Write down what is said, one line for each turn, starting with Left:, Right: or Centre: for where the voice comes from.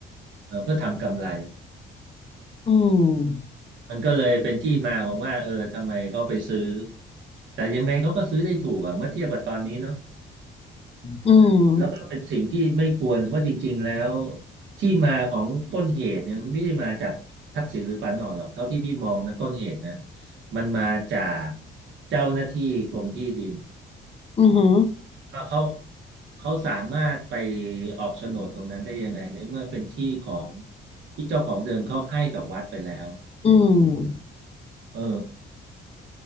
Right: เออเพื่อทำกำไร
Left: อืม
Right: มันก็เลยเป็นที่มาของว่าเออทำไมเขาไปซื้อแต่ยังไงเขาก็ซื้อได้ถูกอะเมื่อเทียบกับตอนนี้เนาะ
Left: อืม
Right: แล้วก็เป็นสิ่งที่ไม่ควรเพราะจริงๆแล้วที่มาของต้นเหตุเนี่ยมันไม่ได้มาจากทักษิณหรือปานออนหรอกเท่าที่พี่มองนะต้นเหตุนะมันมาจากเจ้าหน้าที่กรมที่ดิน
Left: อือหือ
Right: ว่าเขาเขาสามารถไปออกโฉนดตรงนั้นได้ยังไงในเมื่อเป็นที่ของที่เจ้าของเดิมเขาให้กับวัดไปแล้ว
Left: อืม
Right: เออ